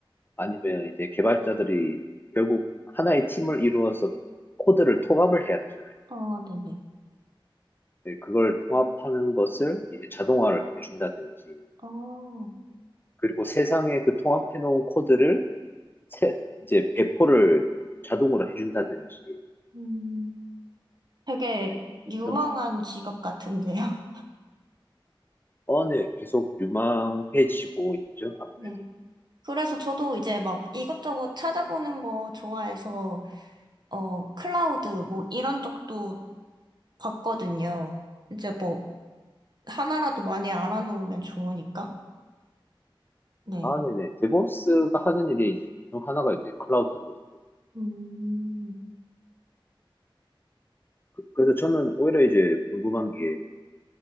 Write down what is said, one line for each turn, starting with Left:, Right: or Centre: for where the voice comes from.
Left: 아니면 이제 개발자들이 결국 하나의 팀을 이루어서 코드를 통합을 해야 되잖아요.
Right: 아, 네네.
Left: 네, 그걸 통합하는 것을 이제 자동화를 해준다든지
Right: 아,
Left: 그리고 세상에 그 통합해놓은 코드를 세- 이제 배포를 자동으로 해준다든지
Right: 음, 되게
Left: 네.
Right: 유망한
Left: 좀
Right: 직업 같은데요?
Left: 어, 네, 계속 유망해지고 있죠,
Right: <laughs>
Left: 아무래도.
Right: 네. 그래서 저도 이제 막 이것저것 찾아보는 거 좋아해서, 어, 클라우드 뭐 이런 쪽도 봤거든요. 이제 뭐 하나라도 많이 알아놓으면 좋으니까. 네.
Left: 아, 네네. 데브옵스가 하는 일이 이제 중 하나가 이제 클라우드 노드.
Right: 음,
Left: 그- 그래서 저는 오히려 이제 궁금한 게